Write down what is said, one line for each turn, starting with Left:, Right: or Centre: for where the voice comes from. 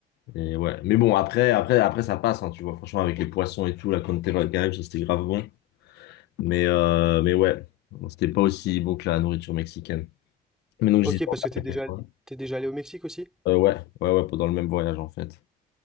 Left: Et ouais. Mais bon, après, après, après ça passe, hein, tu vois. Franchement, avec les poissons et tout, la Conterre, quand même, ça, c'était grave bon. Mais, euh, mais ouais, Bon, c'était pas aussi bon que la nourriture mexicaine. Mais donc, je
Centre: Ok,
Left: disais, on
Centre: parce que t'es
Left: a
Centre: déjà,
Left: fait quoi
Centre: t'es déjà allé au Mexique aussi?
Left: Euh, ouais, ouais, ouais, pendant le même voyage, en fait.